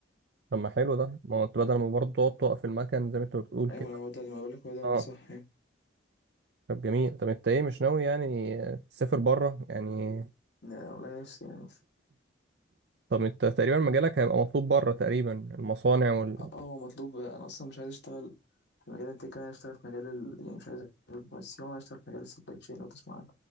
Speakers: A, on the right (about 60°); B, on the left (about 65°).
A: طب ما حلو ده ما هو انت بدل ما برضه تقعد توقف المكن زي ما انت بتقول كده
B: ايوه ما هو ده ما بقولك هو ده
A: اه
B: الصح يعني
A: طب جميل طب انت ايه مش ناوي يعني تسافر بره يعني
B: لا، والله نفسي يعني
A: طب انت تقريبا مجالك هيبقى مطلوب بره تقريبا المصانع وال
B: اه هو مطلوب انا اصلا مش عايز اشتغل في مجال التك انا عايز اشتغل في مجال ال... يعني مش عايز اشتغل في الصيانة عايز اشتغل في مجال السبلاي تشين لو تسمع عنه